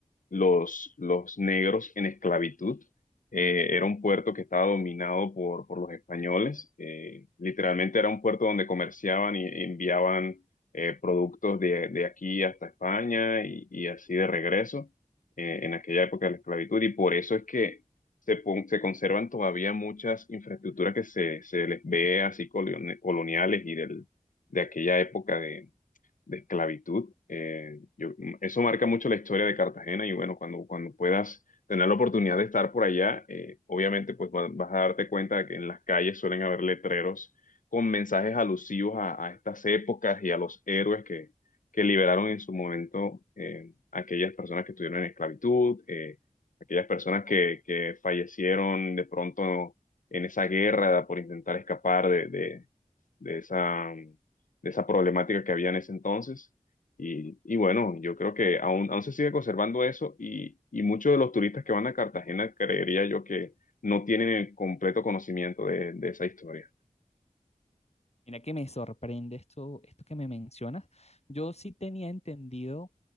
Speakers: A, on the left; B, on the left.
A: los, los negros en esclavitud. Eh, era un puerto que estaba dominado por, por los españoles. Eh, literalmente era un puerto donde comerciaban y enviaban eh, productos de, de aquí hasta España y, y así de regreso eh, en aquella época de la esclavitud. Y por eso es que se, pon- se conservan todavía muchas infraestructuras que se, se les ve así colon- coloniales y del, de aquella época de esclavitud. Eh, yo- eso marca mucho la historia de Cartagena y bueno, cuando, cuando puedas tener la oportunidad de estar por allá, eh, obviamente pues va- vas a darte cuenta de que en las calles suelen haber letreros con mensajes alusivos a, a estas épocas y a los héroes que, que liberaron en su momento eh, a aquellas personas que estuvieron en esclavitud, eh, aquellas personas que, que fallecieron de pronto en esa guerra por intentar escapar de, de de esa, de esa problemática que había en ese entonces. Y, y bueno, yo creo que aún, aún se sigue conservando eso y, y muchos de los turistas que van a Cartagena creería yo que no tienen el completo conocimiento de, de esa historia.
B: Mira que me sorprende esto, esto que me mencionas. Yo sí tenía entendido